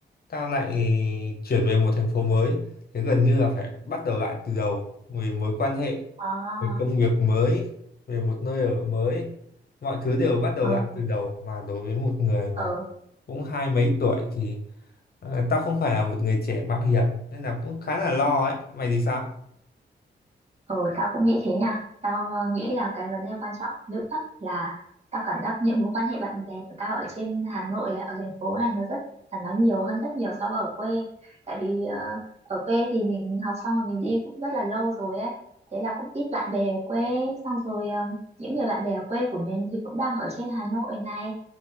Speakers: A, on the left (about 55°); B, on the right (about 35°).
A: tao lại chuyển về một thành phố mới thế gần như là phải bắt đầu lại từ đầu về mối quan hệ
B: À,
A: về công việc mới về một nơi ở mới mọi thứ đều bắt đầu
B: ừ,
A: lại từ đầu mà đối với một người mà
B: ừ,
A: cũng hai mấy tuổi thì Ờ, tao không phải là một người trẻ mạo hiểm nên là cũng khá là lo ấy. Mày thì sao?
B: ừ, tao cũng nghĩ thế nha. Tao ờ, nghĩ là cái vấn đề quan trọng nữa là tao cảm giác những mối quan hệ bạn bè của tao ở trên Hà Nội, ở thành phố này nó rất là nó nhiều hơn rất nhiều so với ở quê. Tại vì ờ, ở quê thì mình học xong rồi mình đi cũng rất là lâu rồi ấy. Thế là cũng ít bạn bè ở quê. Xong rồi ờ, những người bạn bè ở quê của mình thì cũng đang ở trên Hà Nội này.